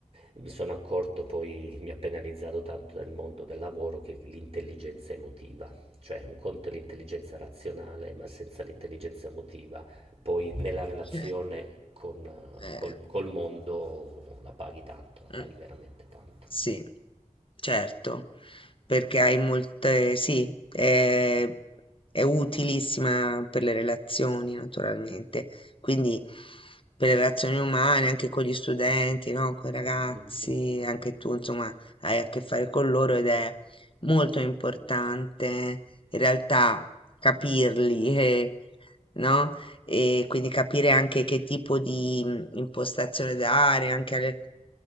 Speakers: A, on the right; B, on the left.
A: mi sono accorto poi mi ha penalizzato tanto nel mondo del lavoro che è l'intelligenza emotiva. Cioè un conto è l'intelligenza razionale, ma senza l'intelligenza emotiva, poi nella relazione
B: Cioè,
A: con, eh,
B: eh,
A: col, col mondo la paghi tanto, la paghi
B: mm.
A: veramente tanto.
B: Sì, certo, perché hai molte, sì, è, è utilissima per le relazioni, naturalmente. Quindi per le relazioni umane, anche con gli studenti, no? Con i ragazzi,
A: Mm.
B: anche tu, insomma, hai a che fare con loro ed è molto importante in realtà capirli, e- no? E quindi capire anche che tipo di mm, impostazione dare, anche alle